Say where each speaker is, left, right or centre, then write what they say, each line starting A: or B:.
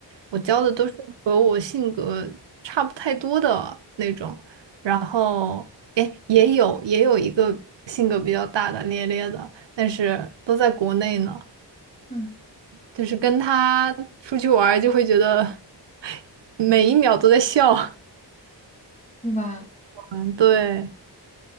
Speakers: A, on the right; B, on the left.
A: 我交的都是和我性格差不太多的那种，然后哎也有也有一个性格比较大大咧咧的，但是都在国内呢，
B: 嗯，
A: 就是跟他出去玩儿就会觉得 <laughs> 每一秒都在笑，
B: 对吧？
A: <laughs> 对